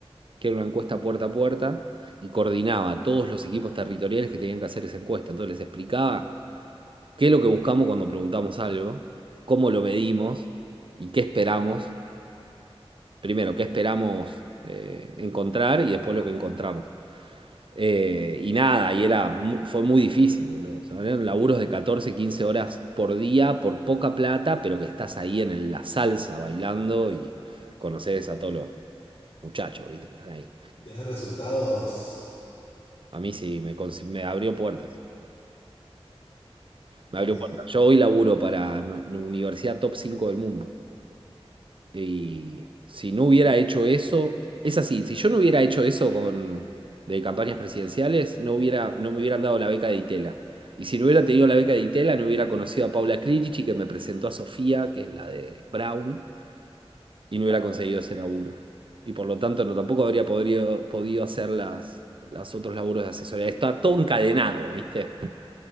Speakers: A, on the right (about 55°); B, on the left (about 60°).
A: que era una encuesta puerta a puerta, y coordinaba a todos los equipos territoriales que tenían que hacer esa encuesta. Entonces les explicaba qué es lo que buscamos cuando preguntamos algo, cómo lo medimos y qué esperamos. Primero, qué esperamos eh, encontrar y después lo que encontramos. Eh, y nada, y era, mu- fue muy difícil, boludo. O sea, eran laburos de 14 15 horas por día, por poca plata, pero que estás ahí en el- la salsa bailando y conoces a todos los muchachos, ¿viste? Que están ahí.
B: Y tener resultados.
A: A mí sí, me, cons- me abrió puertas. Me
B: Ok,
A: abrió puertas. Yo hoy laburo para nu- una universidad top 5 del mundo. Y si no hubiera hecho eso, es así, si yo no hubiera hecho eso con, de campañas presidenciales, no hubiera, no me hubieran dado la beca de Itela. Y si no hubiera tenido la beca de Itela, no hubiera conocido a Paula Clerici, que me presentó a Sofía, que es la de Brown, y no hubiera conseguido ese laburo. Y por lo tanto, no, tampoco habría podido, podido hacer las, las otros laburos de asesoría. Está todo encadenado, ¿viste?